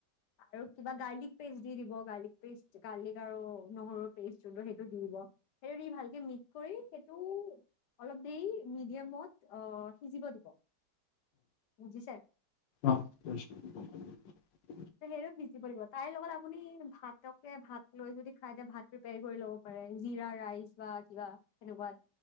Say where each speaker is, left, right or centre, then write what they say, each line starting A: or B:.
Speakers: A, on the left; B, on the left.
A: আৰু কিবা গাৰ্লিক পেষ্ট দি দিব গাৰ্লিক পেষ্ট গাৰ্লিক আৰু নহৰুৰ পেষ্ট যোনটো সেইটো দি দিব সেইটো দি ভালকে মিক্‌ কৰি সেইটো অলপ দেৰি মিডিয়ামত অ সিজিব দিব বুজিছে?
B: অঁ কৰিছিলো ৷
A: সেইটো সিজিব দিব তাৰ লগত আপুনি ভাতকে ভাত লৈ যদি খাই তেতিয়া ভাত প্ৰিপাৰ কৰি লব পাৰে, জিৰা ৰাইচ বা কিবা সেনেকুৱা